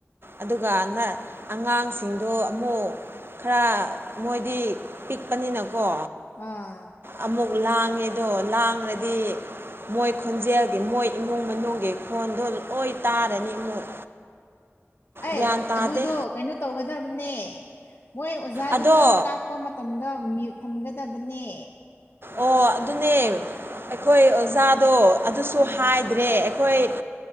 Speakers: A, on the right; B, on the left.
A: ꯑꯗꯨꯒꯥꯟꯗ ꯑꯉꯥꯡꯁꯤꯡꯗꯣ ꯑꯃꯨꯛ ꯈꯔ ꯃꯣꯏꯗꯤ ꯄꯤꯛꯄꯅꯤꯅꯀꯣ
B: ꯑꯥ
A: ꯑꯃꯨꯛ ꯂꯥꯡꯉꯦꯗꯣ ꯂꯥꯡꯉ꯭ꯔꯗꯤ ꯃꯣꯏ ꯈꯣꯟꯖꯦꯜꯒꯤ ꯃꯣꯏ ꯏꯃꯨꯡ ꯃꯅꯨꯡꯒꯤ ꯈꯣꯟꯗꯣ ꯂꯣꯏ ꯇꯥꯔꯅꯤ ꯑꯃꯨꯛ
B: ꯑꯦ
A: ꯒ꯭ꯌꯥꯟ ꯇꯥꯗꯦ
B: ꯑꯗꯨꯗꯣ ꯀꯩꯅꯣ ꯇꯧꯒꯗꯕꯅꯦ ꯃꯣꯏ ꯑꯣꯖꯥꯗꯨꯅ
A: ꯑꯗꯣ
B: ꯇꯥꯛ ꯀꯄ ꯃꯇꯝꯗ ꯃ꯭ꯌꯨꯠ ꯊꯝꯒꯗꯕꯅꯦ
A: ꯑꯣ ꯑꯗꯨꯅꯦ ꯑꯩꯈꯣꯏ ꯑꯣꯖꯥꯗꯣ ꯑꯗꯨꯁꯨ
B: ꯑꯥ
A: ꯍꯥꯏ ꯗ꯭ꯔꯦ ꯑꯩꯈꯣꯏ